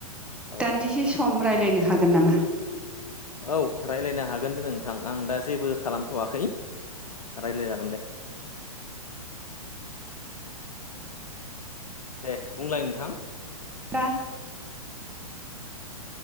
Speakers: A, on the left (about 80°); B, in the centre.
A: औ
B: दान्दिसे सम रायलायनो हागोन नामा
A: औ रायलायनो हागोन दे नोंथां आं दा जेबो खालामथ'वाखै रायलायजागोन दे दे बुंलाय नोंथां
B: दा